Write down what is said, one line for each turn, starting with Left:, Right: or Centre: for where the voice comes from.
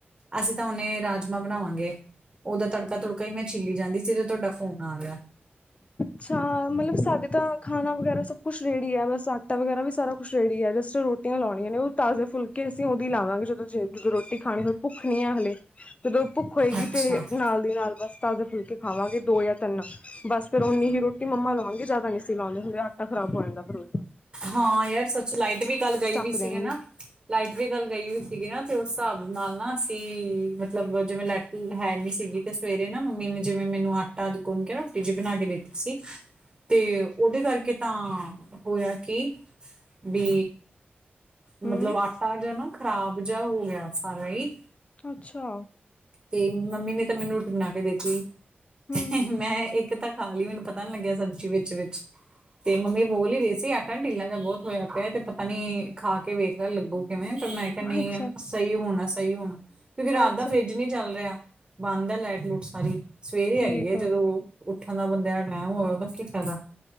Right: ਅਸੀ ਤਾਂ ਹੁਨੇ ਰਾਜਮਾਂ ਬਣਾਵਾਗੇ। ਓਦਾ ਤੜਕਾ-ਤੁੜਕਾ ਈ ਮੈ ਛਿਲੀ ਜਾਦੀ ਸੀ, ਤੇ ਤੁਹਾਡਾ ਫੋਨ ਆ ਗਿਆ।
Left: ਅਛਾ, ਮਲਬ ਸਾਡੇ ਤਾਂ ਖਾਣਾ ਵਗੈਰਾ ਸਭ ਕੁਸ਼ ਰੇਡੀ ਐ, ਬਸ ਆਟਾ ਵਗੈਰਾ ਵੀ ਸਾਰਾ ਕੁਸ਼ ਰੇਡੀ ਐ। ਜਸਟ ਰੋ ਟੀਆਂ ਲਾਉਣੀਆਂ ਨੇ, ਓ ਤਾਜੇ ਫੁੱਲਕੇ ਅਸੀ ਓਦੀ ਲਾਵਾਂਗੇ, ਜਦੋ ਜੇ ਰੋਟੀ ਖਾਣੀ ਹੁਈ ਭੁੱਖ ਨੀ ਆ ਹਲੇ, ਜਦੋ ਭੁੱਖ ਹੋਏਗੀ
Right: ਅੱਛਾ
Left: ਤੇ ਨਾਲ ਦੀ ਨਾਲ ਬਸ ਤਾਜੇ ਫੁਲਕੇ ਖਾਵਾਂਗੇ ਦੋ ਯਾ ਤਿੰਨ ਬਸ। ਫੇਰ ਓਨੀ ਹੀ ਰੋਟੀ ਮੰਮਾ ਲੋਣਗੇ ਜਾਦਾ ਨੀਂ ਅਸੀ ਲੋਂਦੇ ਹੁੰਦੇ, ਆਟਾ ਖਰਾਬ ਹੋ ਯਾਂਦਾ ਫੇਰ ਓ
Right: ਹਾਂ ਯਾਰ, ਸੱਚ ਲਾਈਟ ਵੀ ਕਲ ਗਈ
Left: ਚੱਕ
Right: ਵੀ ਸੀਗੀ
Left: ਦੇਣਗੇ
Right: ਨਾ। ਲਾਈਟ ਵੀ ਕਲ ਗਈ ਓਈ ਸੀਗੀ ਨਾ, ਤੇ ਉਸ ਹਿਸਾਬ ਨਾਲ ਨਾ ਅਸੀ, ਮਤਲਬ ਜਿਵੇ ਲੈਟ ਹੈ ਨੀ ਸੀਗੀ, ਤੇ ਸਵੇਰੇ ਨਾ ਮੰਮੀ ਨੇ ਜਿਵੇਂ ਮੈਨੂੰ ਆਟਾ ਗੁਨਕੇ ਨਾ, ਫਿਜ ਬਨਾ ਕੇ ਦੇਤੀ ਸੀ। ਤੇ, ਓਡੇ ਕਰਕੇ ਤਾਂ ਹੋਇਆ ਕੀ, ਵੀ
Left: ਹੂੰ
Right: ਮਤਲਬ ਆਟਾ ਜੇਆ ਨਾ, ਖ਼ਰਾਬ ਜੇਆ ਹੋ ਗਿਆ ਸਾਰਾ ਈ।
Left: ਅੱਛਾ।
Right: ਤੇ ਮੰਮੀ ਨੇ ਤਾਂ ਮੈਨੂੰ <unintelligible> ਈ ਬਣਾ ਕੇ ਦੇਤੀ,
Left: ਹੂੰ
Right: ਤੇ ਮੈਂ ਇੱਕ ਤਾਂ ਖਾ ਲੀ ਮੈਨੂੰ ਪਤਾ ਨੀ ਲੱਗਿਆ ਸਬਜ਼ੀ ਵਿੱਚ ਵਿਚ। ਤੇ ਮੰਮੀ ਬੋਲ ਹੀ ਰੲੇ ਸੀ, ਆਟਾ ਨ ਢਿੱਲਾ ਜੇਆ ਬੋਤ ਹੋਇਆ ਪਿਐ, ਤੇ ਪਤਾ ਨੀ ਖਾ ਕੇ ਵੇਖ ਲ ਲੱਗੂ ਕਿਵੇ, ਪਰ ਮੈ ਕਿਐ ਨਈ
Left: ਅੱਛਾ
Right: ਐ, ਸੲੀ ਹੋਣੈ-ਸਹੀ ਹੋਣੈ, ਕਿਉਕਿ ਰਾਤ
Left: ਅੱਛਾ
Right: ਦਾ ਫਰਿ ਜ ਨੀ ਚੱਲ ਰਿਹਾ, ਬੰਦ ਐ ਲੈਟ-ਲੂਟ ਸਾਰੀ, ਸਵੇਰੇ
Left: ਠੀਕ
Right: ਆਈ ਐ, ਜਦੋ
Left: ਆ
Right: ਉੱਠਣ ਦਾ ਬੰਦੇ ਆ ਟੈਮ ਹੋਵ, ਓਦਾ ਕੀ ਫਾਇਦਾ,